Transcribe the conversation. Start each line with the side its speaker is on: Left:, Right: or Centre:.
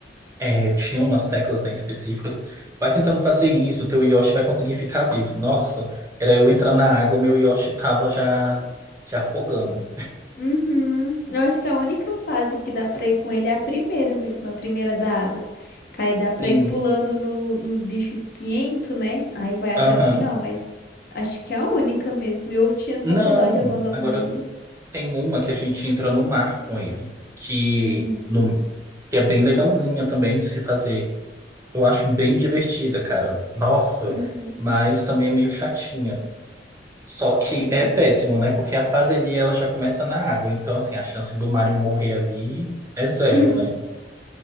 Right: é, tinha umas teclas, né, específicas, vai tentando fazer isso, teu Yoshi vai conseguir ficar vivo. Nossa, era eu entrar na água, meu Yoshi tava já se afogando.
Left: Uhum. Eu acho que a única fase que dá pra ir com ele é a primeira mesmo, a primeira da água. Que aí dá pra
Right: Sim.
Left: ir pulando no- nos bichos espinhentos, né? Aí vai até
Right: Aham.
Left: o final, mas acho que é a única mesmo. E eu tinha tanta
Right: Não,
Left: dó de abandonar
Right: agora
Left: ele.
Right: tem uma que a gente entra no mar com ele, que,
Left: Uhum.
Right: no, que é bem legalzinha também de se fazer. Eu acho bem divertida, cara. Nossa,
Left: Uhum.
Right: mas também é meio chatinha. Só que
Left: Uhum.
Right: é péssimo, né? Porque a fase ali ela já começa na água, então assim, a chance do Mario morrer ali é zero,
Left: <laughs>
Right: né?